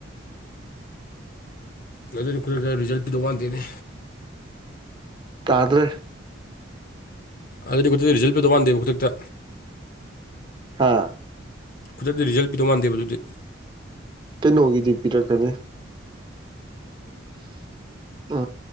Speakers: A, on the left; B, on the right.
A: ꯅꯠꯇꯅ ꯑꯩꯈꯣꯏ ꯈꯔ ꯔꯤꯖꯜ ꯄꯤꯗꯧ ꯋꯥꯟꯗꯦꯅꯦ
B: ꯇꯥꯗ꯭ꯔꯦ
A: ꯑꯗꯨꯗꯤ ꯈꯨꯗꯛꯇ ꯔꯤꯖꯜ ꯄꯤꯧ ꯋꯥꯟꯗꯦꯕ ꯈꯨꯗꯛꯇ
B: ꯍꯥ
A: ꯈꯨꯗꯛꯇ ꯔꯤꯖꯜ ꯄꯤꯗꯧ ꯃꯥꯟꯗꯦꯕ ꯑꯗꯨꯗꯤ
B: ꯀꯩꯅꯣꯒꯤꯗꯤ ꯄꯤꯔꯛꯀꯅꯤ ꯎ